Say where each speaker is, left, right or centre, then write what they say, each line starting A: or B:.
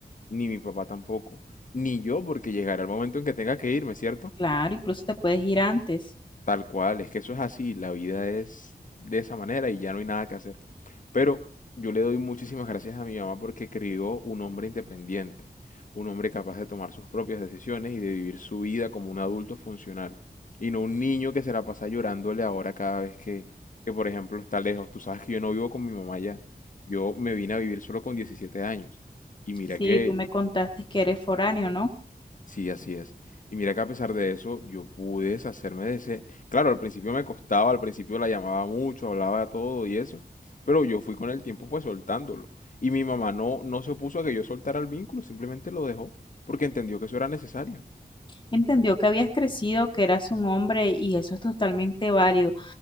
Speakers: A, on the left (about 50°); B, on the left (about 30°).
A: Ni mi papá tampoco. Ni yo, porque llegará el momento en que tenga que irme, ¿cierto?
B: Claro, incluso te puedes ir antes.
A: Tal cual, es que eso es así, la vida es de esa manera y ya no hay nada que hacer. Pero yo le doy muchísimas gracias a mi mamá porque crió un hombre independiente, un hombre capaz de tomar sus propias decisiones y de vivir su vida como un adulto funcional. Y no un niño que se la pasa llorándole ahora cada vez que, que, por ejemplo, está lejos. Tú sabes que yo no vivo con mi mamá ya. Yo me vine a vivir solo con 17 años. Y mira
B: Sí,
A: que
B: tú me contaste que eres foráneo, ¿no?
A: Sí, así es. Y mira que a pesar de eso, yo pude deshacerme de ese. Claro, al principio me costaba, al principio la llamaba mucho, hablaba todo y eso, pero yo fui con el tiempo pues soltándolo. Y mi mamá no, no se opuso a que yo soltara el vínculo, simplemente lo dejó porque entendió que eso era necesario.
B: Entendió que habías crecido, que eras un hombre y eso es totalmente válido.